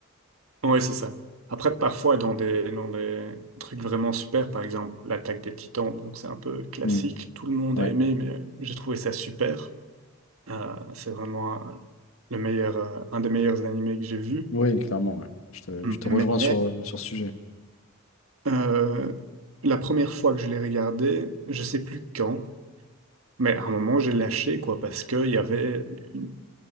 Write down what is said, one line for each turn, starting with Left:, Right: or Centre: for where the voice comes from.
Right: Ouais, c'est ça. Après, parfois, dans des, dans des trucs vraiment super, par exemple, l'attaque des Titans, donc c'est un peu classique,
Left: Hmm,
Right: tout le monde
Left: ouais.
Right: a aimé, mais euh, j'ai trouvé ça super. Euh, c'est vraiment un, le meilleur, euh, un des meilleurs animés que j'ai vu.
Left: Oui, clairement, ouais. Je te, je te
Right: Mais
Left: rejoins sur, sur ce sujet.
Right: euh, la première fois que je l'ai regardé, je sais plus quand, mais à un moment j'ai lâché quoi parce que il y avait une-